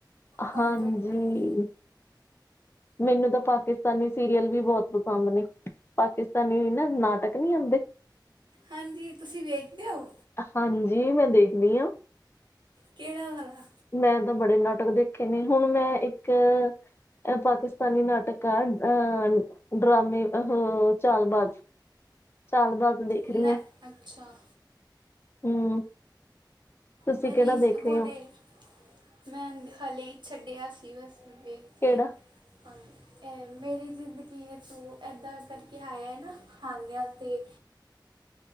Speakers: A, on the right; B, on the left.
A: ਕੰਫਰਟ
B: ਹਾਂਜੀ
A: ਵਾਲੇ
B: ਮੈਨੂੰ ਤਾਂ ਪਾਕਿਸਤਾਨੀ ਸੀਰੀਅਲ ਵੀ ਬਹੁਤ ਪਸੰਦ ਨੇ। ਪਾਕਿਸਤਾਨੀ ਨਾ ਨਾਟਕ ਨੀ ਆਂਦੇ।
A: ਹਾਂਜੀ ਤੁਸੀਂ ਵੇਖਦੇ ਓ?
B: ਹਾਂਜੀ ਮੈਂ ਦੇਖਦੀ ਆਂ।
A: ਕਿਹੜਾ ਵਾਲਾ?
B: ਮੈਂ ਤਾਂ ਬੜੇ ਨਾਟਕ ਦੇਖੇ ਨੇ, ਹੁਣ ਮੈਂ ਇੱਕ ਐ ਪਾਕਿਸਤਾਨੀ ਨਾਟਕ ਆ, ਅ ਡਰਾਮੇ ਅਹ ਚਾਲਬਾਜ਼ ਚਾਲਵਾਜ ਦੇਖ
A: ਨਾ
B: ਰੀ ਆਂ।
A: ਅੱਛਾ
B: ਹਮ, ਤੁਸੀਂ
A: ਮੈਂ
B: ਕਿਹੜਾ
A: ਰੀਸ
B: ਦੇਖ
A: ਹੋਰੇ
B: ਰਹੇ ਓ?
A: ਮੈਂ ਹਾਲੇ ਛੱਡਿਆ ਸੀ ਬਸ ਵੇਖ
B: ਕਿਹੜਾ?
A: ਕੇ, ਹਾਂਜੀ। ਇਹ ਮੇਰੀ ਜ਼ਿੰਦਗੀ ਇਹ ਤੂੰ, ਇੱਦਾਂ ਕਰਕੇ ਆਇਆ ਹੈ ਨਾ ਹਾਨਿਆਂ ਤੇ
B: <inaudible>